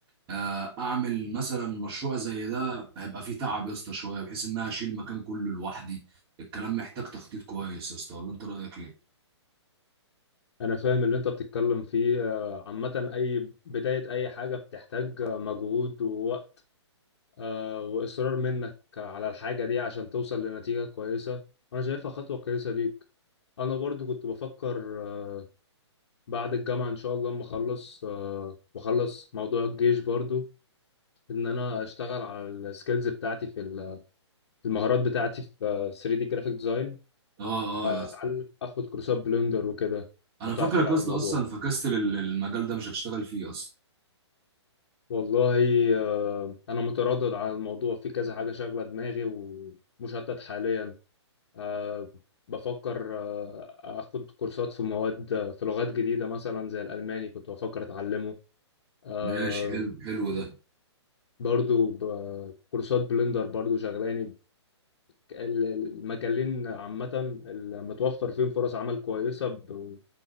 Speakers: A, on the right (about 25°); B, on the left (about 55°).
A: آه، اعمل مثلا مشروع زي ده هيبقى فيه تعب يا اسطى شويه بحيث ان انا اشيل المكان كله لوحدي الكلام محتاج تخطيط كويس يا اسطى ولا انت رايك ايه
B: انا فاهم اللي انت بتتكلم فيه آه، عامة اي بداية اي حاجة بتحتاج آه، مجهود ووقت آه، واصرار منك على الحاجة دي عشان توصل لنتيجة كويسة انا شايفها خطوة كويسة ليك انا برضو كنت بفكر آه، بعد الجامعة ان شاء الله اما اخلص آه، واخلص موضوع الجيش برضو ان انا اشتغل على السكيلز بتاعتي في ال- في المهارات بتاعتي في 3D جرافيك ديزاين
A: اه
B: اتعلم
A: اه يا اسطى
B: اخد كورسات بلندر وكده
A: انا
B: لو تعرف
A: فاكرك
B: حاجة
A: يا
B: عن
A: اسطى
B: الموضوع
A: اصلا فكستل ال- المجال ده مش هتشتغل فيه اصلا
B: والله آه، أنا متردد على الموضوع في كذا حاجة شاغلة دماغي ومشتت حاليا آه، بفكر آه، أخد كورسات في مواد في لغات جديدة مثلا زي الألماني كنت بفكر أتعلمه آه،
A: ماشي حلو حلو ده
B: برضو ب- كورسات بلندر برضو شغلاني ال- المجالين عامة المتوفر فيهم فرص عمل كويسة ب-